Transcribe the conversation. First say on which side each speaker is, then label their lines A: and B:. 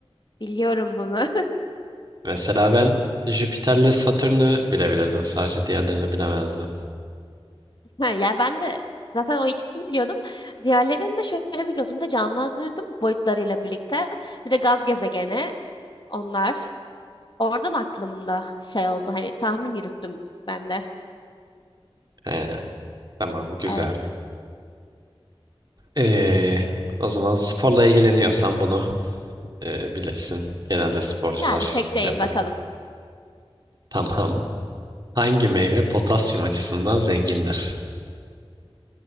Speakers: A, on the left; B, on the right.
A: Biliyorum bunu. <laughs>
B: Mesela ben Jüpiter'le Satürn'ü bilebilirdim. Sadece diğerlerini bilemezdim.
A: Ha, yani ben de zaten o ikisini biliyordum. Diğerlerini de şöyle bir gözümde canlandırdım boyutlarıyla birlikte. Bir de gaz gezegeni onlar. Oradan aklımda şey oldu hani tahmin yürüttüm ben de.
B: Ee, tamam, güzel.
A: Evet.
B: Ee, o zaman sporla ilgileniyorsan bunu e, bilirsin. Genelde sporcular
A: Yani pek değil
B: şey yapar.
A: bakalım.
B: Tamam. Hangi meyve potasyum açısından zengindir?